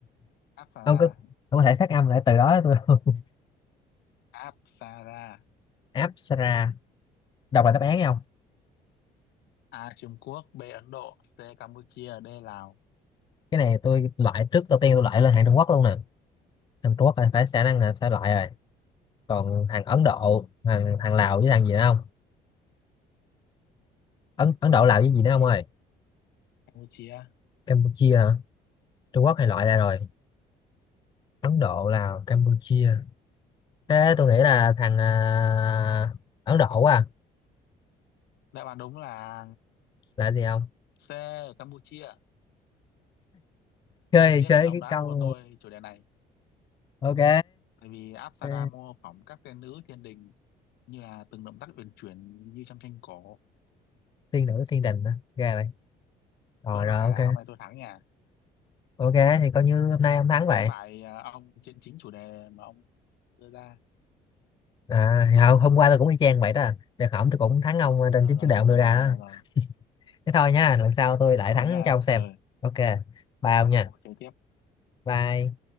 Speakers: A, on the left (about 80°); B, on the left (about 25°).
A: Apsara.
B: ông có ông có thể phát âm lại từ đó cho tôi không
A: Apsara.
B: Apsara <laughs> đọc
A: Ừ.
B: lại đáp án không
A: A. Trung Quốc. B. Ấn Độ. C. Campuchia. D. Lào.
B: cái này tôi loại trước đầu tiên tôi loại lên hàng Trung Quốc luôn nè hàng Trung Quốc là phải khả năng là phải loại rồi còn hàng Ấn Độ hàng hàng Lào với hàng gì nữa không Ấn Ấn Độ làm cái gì nữa
A: Yeah.
B: ông ơi
A: Campuchia.
B: Campuchia hả? Trung Quốc
A: Ừ.
B: hay loại ra rồi Ấn Độ Lào Campuchia thế tôi nghĩ là thằng à, Ấn Độ quá à.
A: đáp án đúng là
B: là gì không
A: C ở Campuchia
B: chơi
A: rất tiếc
B: chơi
A: như ông
B: cái
A: đã
B: câu
A: thua tôi chủ đề này
B: ok
A: tại vì Apsara
B: Ờ,
A: mô phỏng các tên nữ thiên đình như là từng động tác uyển chuyển như trong tranh cổ
B: tiên nữ thiên đình
A: Ừ.
B: hả? ra vậy rồi
A: chốt lại
B: rồi ok
A: là hôm nay tôi thắng nha
B: ok thì coi như hôm nay ông thắng
A: đánh
B: vậy
A: bại ờ, ông trên chính chủ đề mà ông đưa ra
B: à, thì hôm hôm qua tôi cũng y chang vậy đó để hỏng tôi cũng thắng ông à, trên
A: Ờ,
B: chính
A: rồi
B: chủ đề
A: rồi
B: ông
A: rồi
B: đưa ra
A: rồi
B: đó
A: rồi rồi
B: thế thôi nha lần sau tôi lại
A: thôi
B: thắng
A: nha
B: cho ông xem
A: ừ
B: ok bye ông
A: sau
B: nha
A: chơi tiếp
B: bye